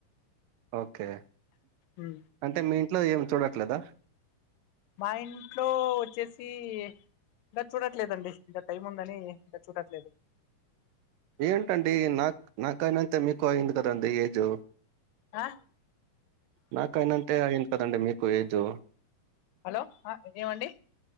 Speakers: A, on the right (about 80°); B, on the left (about 85°).
A: ఓకే
B: ఉమ్.
A: అంటే మీ ఇంట్లో ఏం చూడట్లేదా
B: మా ఇంట్లో వచ్చేసి ఇంకా చూడట్లేదండి ఇంకా టైం ఉందని ఇంకా చూడట్లేదు
A: ఏంటండి నాక్ నాకనా త మీకుయింద కదండీ ఏజో
B: ఆ
A: నాకు అయినంతే అయింది కదండి మీకు ఏజ్
B: హలో ఆ ఏమండి